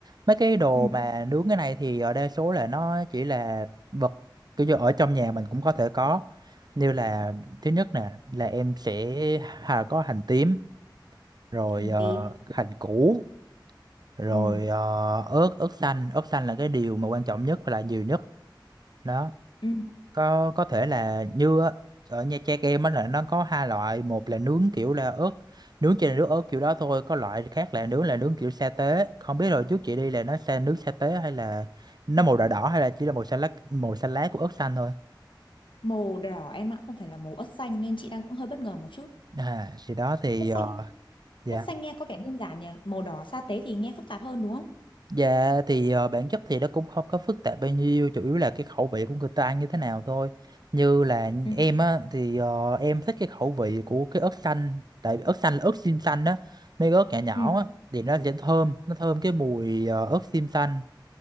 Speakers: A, on the right (about 55°); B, on the left (about 85°).
A: mấy cái đồ
B: Ừ,
A: mà nướng cái này thì ở đa số là nó chỉ là vật kiểu như ở trong nhà mình cũng có thể có như là thứ nhất nè là em sẽ hà- có hành tím rồi
B: hành
A: ờ,
B: tím
A: hành củ rồi
B: Ừ,
A: ờ, ớt ớt xanh ớt xanh là cái điều mà quan trọng nhất và là nhiều nhất đó
B: ừ
A: có có thể là như á, ở Nha Trang em á là nó có hai loại một là nướng kiểu là ớt nướng trên nước ớt kiểu đó thôi có loại khác là nướng là nướng kiểu sa tế không biết rồi trước chị đi là nó sa nướng sa tế hay là nó màu đỏ đỏ hay là chỉ là màu xanh lá màu xanh lá của ớt xanh thôi
B: Màu đỏ em ạ, không phải là màu ớt xanh nên chị đang cũng hơi bất ngờ một chút.
A: à, thì đó thì
B: Quất
A: ờ,
B: xanh,
A: dạ
B: quất xanh nghe có vẻ đơn giản nhỉ, màu đỏ sa tế thì nghe phức tạp hơn đúng không?
A: Dạ thì ờ, bản chất thì nó cũng không có phức tạp bao nhiêu chủ yếu là cái khẩu vị của người ta ăn như thế nào thôi như là
B: ừ
A: em á thì ờ, em thích cái khẩu vị của cái ớt xanh tại vì ớt xanh là ớt xiêm xanh á mấy cái ớt nhỏ nhỏ
B: ừ
A: á thì nó sẽ thơm nó thơm cái mùi ờ, ớt xiêm xanh